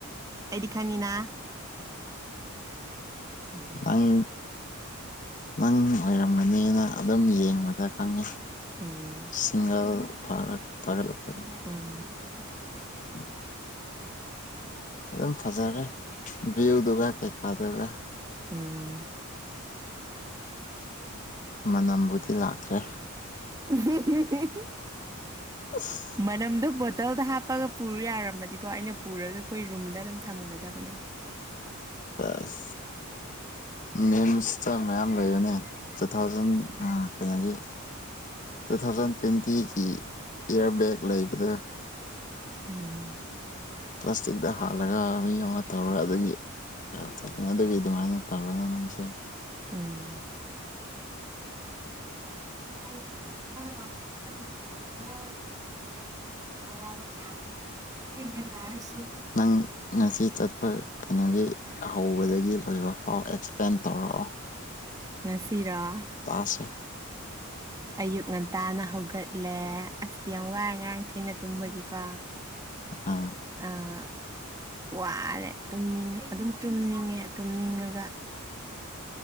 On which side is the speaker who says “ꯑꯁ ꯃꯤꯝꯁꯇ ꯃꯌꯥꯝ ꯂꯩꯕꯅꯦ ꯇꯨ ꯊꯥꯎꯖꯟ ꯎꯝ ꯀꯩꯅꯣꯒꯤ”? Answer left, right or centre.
Left